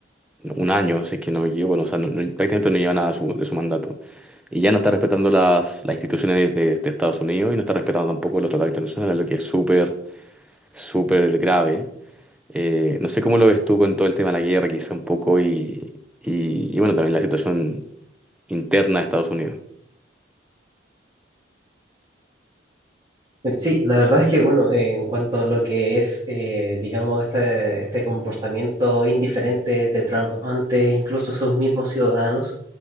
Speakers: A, in the centre; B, on the right.
A: un año, si es que no me equivoco, no, o sea, no- no- prácticamente no lleva nada de su, de su mandato. Y ya no está respetando las, las instituciones de, de Estados Unidos y no está respetando tampoco los tratados internacionales, lo que es súper, súper grave. Eh, no sé cómo lo ves tú con todo el tema de la guerra, quizá un poco, y, y, y bueno, también la situación interna de Estados Unidos.
B: Eh, Sí, la verdad es que, bueno, eh, en cuanto a lo que es, eh, digamos, este, este comportamiento indiferente de Trump ante incluso sus mismos ciudadanos,